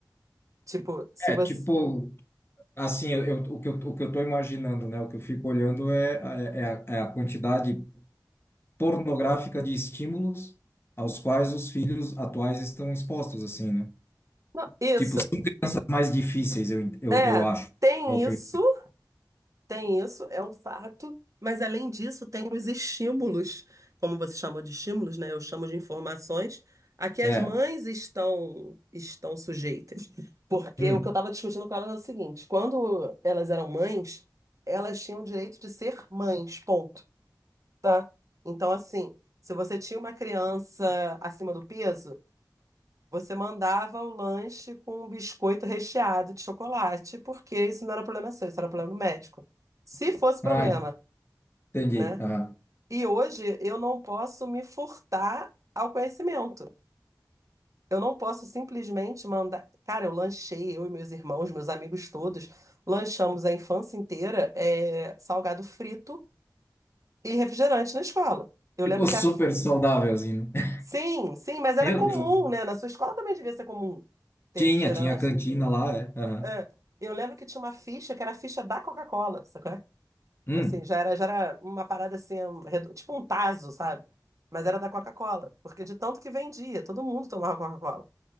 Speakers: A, on the right (about 45°); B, on the left (about 35°).
A: Tipo, se
B: É,
A: você.
B: tipo, assim, eu, eu- o que eu, o que eu tô imaginando, né? O que eu fico olhando é, é, é a, é a quantidade pornográfica de estímulos aos quais os filhos atuais estão expostos, assim, né?
A: Não, isso,
B: Tipo, ciências mais difíceis, eu, ent- eu,
A: é,
B: eu acho.
A: tem
B: É o que
A: isso,
B: eu...
A: tem isso, é um fato, mas além disso, tem os estímulos, como você chamou de estímulos, né? Eu chamo de informações, a que
B: É.
A: as
B: É.
A: mães estão, estão sujeitas. Porque
B: Hum.
A: o que eu estava discutindo com elas é o seguinte: quando elas eram mães, elas tinham o direito de ser mães, ponto. tá? Então, assim, se você tinha uma criança acima do peso, você mandava o lanche com um biscoito recheado de chocolate, porque isso não era problema seu, isso era problema do médico. Se fosse problema,
B: Ai. Entendi.
A: né?
B: Aham.
A: E hoje eu não posso me furtar ao conhecimento. Eu não posso simplesmente mandar. Cara, eu lanchei, eu e meus irmãos, meus amigos todos, lanchamos a infância inteira, é, salgado frito e refrigerante na escola. Eu
B: Tipo,
A: lembro
B: super
A: que a
B: saudável, assim, né? <laughs>
A: Sim, sim, mas era
B: Meu
A: comum,
B: Deus.
A: né? Na sua escola também devia ser comum ter
B: Tinha,
A: refrigerante.
B: tinha a cantina lá, é. Aham.
A: É. Eu lembro que tinha uma ficha que era a ficha da Coca-Cola, sacou?
B: Hum.
A: Assim, já era, já era uma parada assim, um redu- tipo um tazo, sabe? Mas era da Coca-Cola, porque de tanto que vendia, todo mundo tomava Coca-Cola.